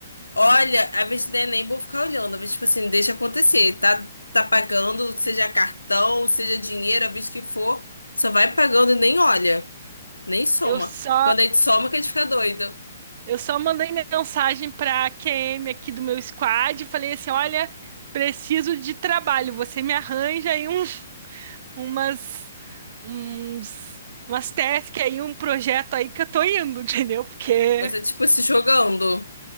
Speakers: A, on the left (about 85°); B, on the right (about 45°).
A: Olha, a vez não é nem vou ficar olhando, às vezes, tipo assim, deixa acontecer. Tá, tá pagando, seja cartão, seja dinheiro, a vez que for, só vai pagando e nem olha, nem soma.
B: eu só.
A: Quando a gente soma, que a gente fica doido.
B: Eu só mandei mensagem para pra QM aqui do meu squad e falei assim: olha, preciso de trabalho. Você me arranja aí um, umas, uns, umas tasks aí, um projeto aí que eu tô indo, <laughs> entendeu? Porque
A: Você, tipo, se jogando.